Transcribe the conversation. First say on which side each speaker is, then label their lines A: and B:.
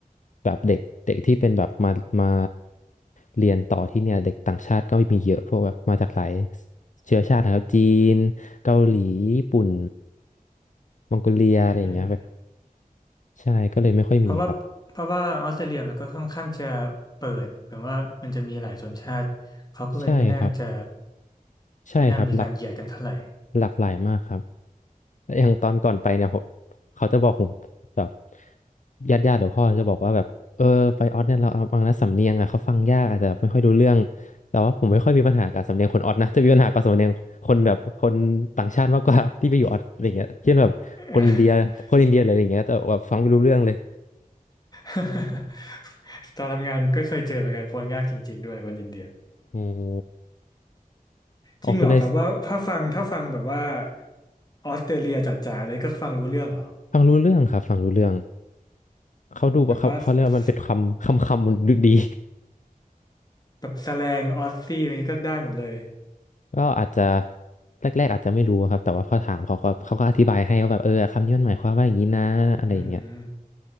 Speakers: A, on the left; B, on the left.
A: แบบเด็กเด็กที่เป็นแบบมามาเรียนต่อที่เนี่ยเด็กต่างชาติก็มีเยอะพวกแบบมาจากหลายเชื้อชาตินะครับจีนเกาหลีญี่ปุ่นมองโกเลียอะไรอย่างเงี้ยแบบ
B: อืม
A: ใช่ก็เลยไม่ค่อยมีครับ
B: เพราะว่าเพราะว่าออสเตรเลียมันก็ค่อนข้างจะเปิดแบบว่ามันจะมีหลายชนชาติเขาก็เลยไม่น่าจะ
A: ใช่ครับใช่ครับหลาก
B: ไม่น่ามีการเหยียดกันเท่าไหร่
A: หลากหลายมากครับ แล้วอย่างตอนก่อนไปเนี่ยผมเขาจะบอกผมแบบญาติญาติหรือพ่อจะบอกว่าแบบเออไปออสเนี่ยเราบางนะสำเนียงอ่ะเขาฟังยากอาจจะไม่ค่อยรู้เรื่องแต่ว่าผมไม่ค่อยมีปัญหากับสำเนียงคนออสนะจะมีปัญหากับสำเนียงคนแบบคนต่างชาติมากกว่า <laughs> ที่ไปอยู่ออสอะไรเงี้ยเช่นแบบคนอินเดียคนอินเดียอะไรอย่างเงี้ยแต่แบบฟังไม่รู้เรื่องเลย
B: <laughs> <laughs> ตอนทำงานก็เคยเจอเหมือนกันคนยากจริงๆด้วยคนอินเดีย
A: โอ้โหออกคุณนาย
B: จริงเหรอแบบว่าถ้าฟังถ้าฟังแบบว่าออสเตรเลียจ๋าๆเลยก็ฟังรู้เรื่องเหรอ
A: ฟังรู้เรื่องครับฟังรู้เรื่องเขาดูว่าเขาเขาเรียกว่ามันเป็นคำคำคำมันดูดี
B: แบบว่าสแบบแสแลงออสซี่อะไรนี้ก็ได้หมดเลย
A: ก็อาจจะแรกๆอาจจะไม่รู้ครับแต่ว่าพอถามเขาก็เขาก็อธิบายให้ว่าแบบเออคำนี้มันหมายความว่าอย่างนี้นะอะไรอย่างเงี้ย
B: อืม